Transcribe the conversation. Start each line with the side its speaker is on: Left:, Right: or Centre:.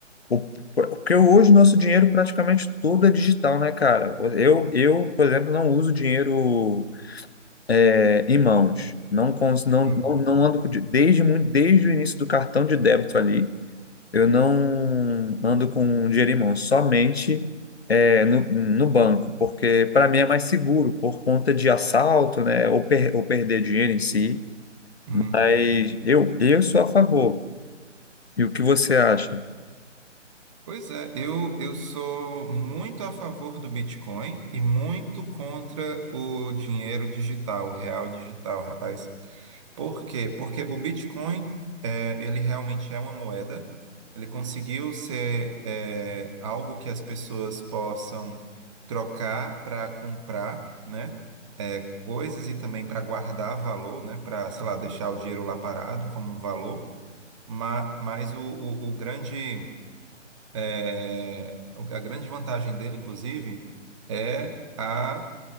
Left: o... porque hoje nosso dinheiro praticamente tudo é digital, né, cara? Eu, eu, por exemplo, não uso dinheiro é, em mãos. Não, cons- não,
Right: Uhum.
Left: não, não ando com, di- desde, muito, desde o início do cartão de débito ali, eu não ando com um dinheiro em mãos, somente é, no, no banco, porque para mim é mais seguro por conta de assalto, né, ou, per, ou perder dinheiro em si.
Right: Uhum.
Left: Mas eu, eu sou a favor. E o que você acha?
Right: Pois é, eu, eu sou muito a favor do Bitcoin e muito contra o dinheiro digital, o real digital, rapaz. Por quê? Porque o Bitcoin, eh, ele realmente é uma moeda, ele conseguiu ser, eh, algo que as pessoas possam trocar para comprar, né? eh, coisas e também para guardar valor, né? Para, sei lá, deixar o dinheiro lá parado como um valor. Mas, mas o, o o grande é, o- a grande vantagem dele, inclusive, é a